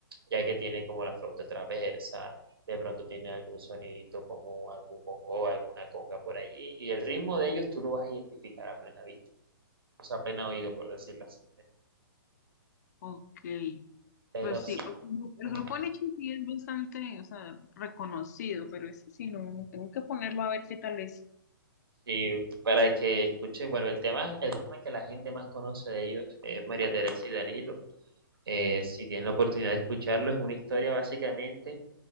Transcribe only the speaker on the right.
ya que tiene como la flauta traversa, de pronto tiene algún sonidito como algún bongo, alguna conga por allí, y el ritmo de ellos tú lo vas a identificar a plena vista, o sea, a plena oído, por decirlo así.
Pero
sí,
Ajá.
Y para que escuche, bueno, el tema, el tema que la gente más conoce de ellos es María Teresa y Danilo. Eh, si tienen la oportunidad de escucharlo, es una historia básicamente